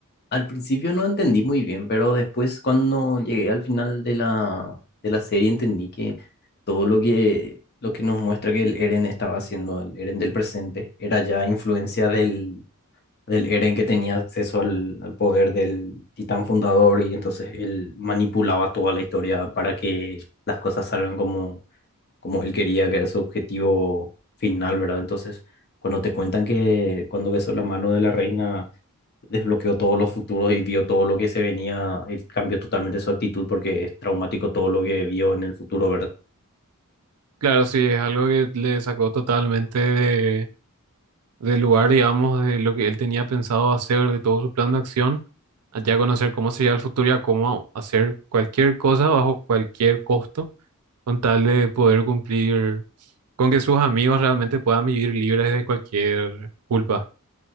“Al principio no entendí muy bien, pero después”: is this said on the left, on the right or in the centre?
Left